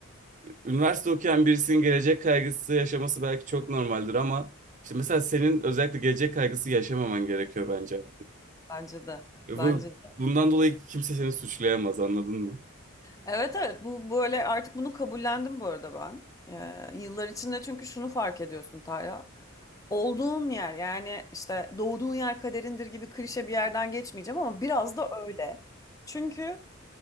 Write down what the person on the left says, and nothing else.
Bence de.
Bence
de.
Evet evet bu böyle artık bunu kabullendim bu arada ben. Ee, yıllar içinde çünkü şunu fark ediyorsun Taya. Olduğun yer yani işte doğduğun yer kaderindir gibi klişe bir yerden geçmeyeceğim ama biraz da öyle. Çünkü